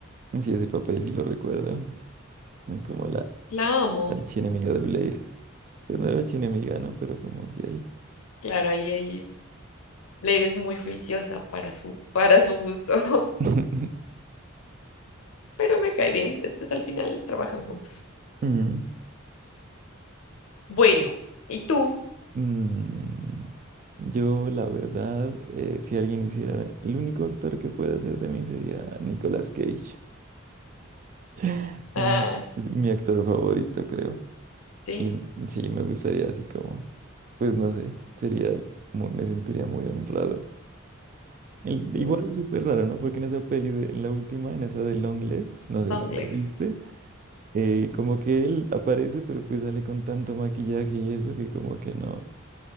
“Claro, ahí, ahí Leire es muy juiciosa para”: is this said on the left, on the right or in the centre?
Left